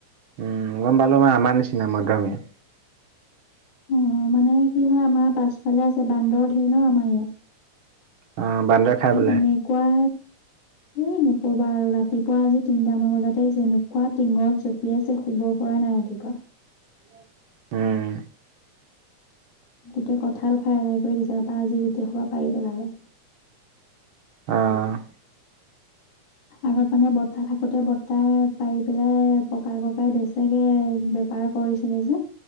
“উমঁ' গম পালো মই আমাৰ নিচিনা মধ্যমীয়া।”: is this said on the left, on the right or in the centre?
Right